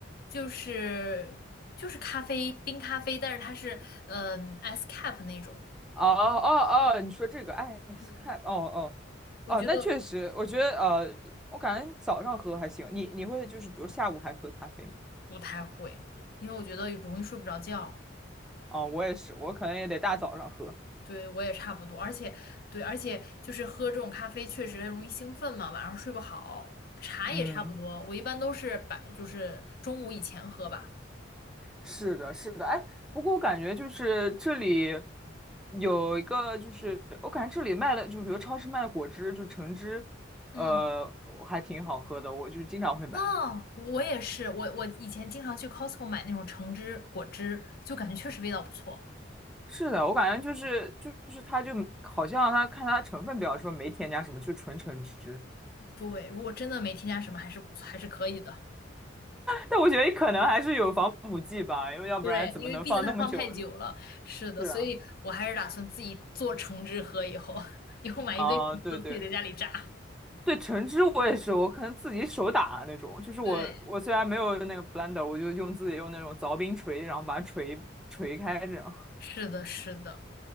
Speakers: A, on the left (about 50°); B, in the centre.
A: 就是就是咖啡冰咖啡，但是它是嗯 Ice Cap 那种，
B: 哦哦哦，你说这个 S
A: 嗯，
B: cap，哦哦
A: 我觉得
B: 哦，那确实，我觉得呃，我感觉早上喝还行。你你会就是比如下午还喝咖啡吗？
A: 不太会，因为我觉得容易睡不着觉。
B: 啊、我也是，我可能也得大早上喝。
A: 对，我也差不多，而且对，而且就是喝这种咖啡确实容易兴奋嘛，晚上睡不好。茶也差不多，
B: 嗯，
A: 我一般都是白，就是中午以前喝吧。
B: 是的，是的。哎，不过我感觉就是这里有一个，就是我感觉这里卖的，就比如超市卖的果汁，就橙汁，
A: 嗯，
B: 呃，还挺好喝的，我就是经常会买。
A: 哦，我也是，我我以前经常去 Costco 买那种橙汁、果汁，就感觉确实味道不错。
B: 是的，我感觉就是就是它就好像它看它成分表说没添加什么，就纯橙汁。
A: 对，如果真的没添加什么，还是不错，还是可以的。
B: 但我觉得可能还是有防腐剂吧，因为要不然怎么能放那么久呢？
A: 对，因为毕竟它放太久了，是的，
B: 是啊，
A: 所以我还是打算自己做橙汁喝，以后 <laughs> 以后买一堆橙汁自己在家里榨。
B: 啊，对对对，橙汁我也是，我可能自己手打那种，就是我我虽然没有那个
A: 对。
B: blender，我就用自己用那种凿冰锤，然后把它锤锤开这样。
A: 是的，是的。